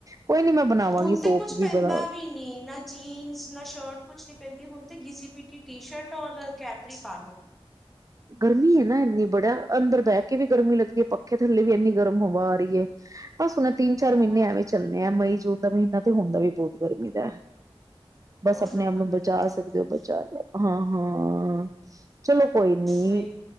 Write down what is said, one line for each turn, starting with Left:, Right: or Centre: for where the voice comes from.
Right: ਕੋਈ ਨੀ ਮੈਂ ਬਣਾਵਾਂਗੀ
Centre: ਹੁਣ
Right: ਸੋਪ
Centre: ਤੇ ਕੁਛ
Right: ਵੀ
Centre: ਪੈਂਦਾ
Right: ਬਣਾ
Centre: ਵੀ ਨੀ, ਨਾ ਜੀਨਸ ਨਾ ਸ਼ਰਟ ਕੁਛ ਨੀ ਪੈਂਦੀ ਹੁਣ ਘੀਸੀ- ਪੀਟੀ ਟੀ -ਸ਼ਰਟ ਔਰ ਕੈਪਰੀ ਪਾ ਲੋ।
Right: ਗਰਮੀ ਹੈ ਨਾ ਨੀਬੜੀਆ ਅੰਦਰ ਬੈ ਵੀ ਗਰਮੀ ਲੱਗਦੀ ਹੈ, ਪੱਖੇ ਥੱਲੇ ਵੀ ਇੰਨੀ ਗਰਮ ਹਵਾ ਆ ਰਹੀ ਹੈ ਬਸ ਹੁਣ ਇਹ, ਤਿੰਨ -ਚਾਰ
Centre: ਹੋਰ
Right: ਮਹੀਨੇ ਐਵੇਂ ਚੱਲਣੇ ਆ ਮਈ- ਜੂਨ ਦਾ ਮਹੀਨਾ ਤੇ ਹੁੰਦਾ ਵੀ ਬਹੁਤ ਗਰਮੀ ਦਾ। ਬਸ
Centre: ਬਹੁਤ
Right: ਆਪਣੇ
Centre: ਜ਼ਿਆਦਾ
Right: ਆਪ ਨੂੰ
Centre: ਗਰਮੀ
Right: ਬਚਾ
Centre: ਦਾ ਹੁੰਦਾ
Right: ਸਕਦੇ ਹੋ,
Centre: ਹੈ
Right: ਬਚਾ ਲਓ, ਹਾਂ। ਹਾਂ ਚਲੋ ਕੋਈ ਨੀ
Centre: ਉਹੀ